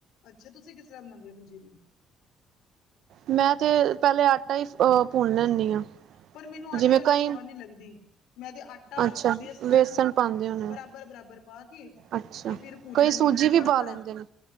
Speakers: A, on the left; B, on the right.
A: ਅੱਛਾ ਤੁਸੀਂ ਕਿਸ ਤਰ੍ਹਾਂ ਮਨਾਉਂਦੇ ਹੋ ਪੰਜਜੀਰੀ।
B: ਮੈਂ ਤੇ ਪਹਿਲੇ ਆਟਾ ਹੀ ਅਹ ਭੁੰਨ ਲੈਂਦੀ ਹਾਂ।
A: ਪਰ ਮੈਨੂੰ ਆਟੇ
B: ਜਿਵੇਂ
A: ਵਾਲੀਸਵਾਦ
B: ਕਈ
A: ਨਹੀਂ ਲੱਗਦੀ ਮੈਂ ਉਹਦੇ ਆਟਾ
B: ਅੱਛਾ
A: ਬੇਸਣ।
B: ਵੇਸਣ ਪਾਉਂਦੇ ਹੋਣੇ
A: ਬਰਾਬਰ ਬਰਾਬਰ ਪਾ ਕੇ
B: ਅੱਛਾ,
A: ਤੇ, ਫਿਰ ਭੁੰਨ
B: ਕਈ
A: ਲੈਂਨੀ
B: ਸੂਜੀ
A: ਆਾਂ ਹੁਣ ਥੋੜਾ
B: ਵੀ ਪਾ
A: ਥੋੜਾ।
B: ਲੈਂਦੇ ਨੇ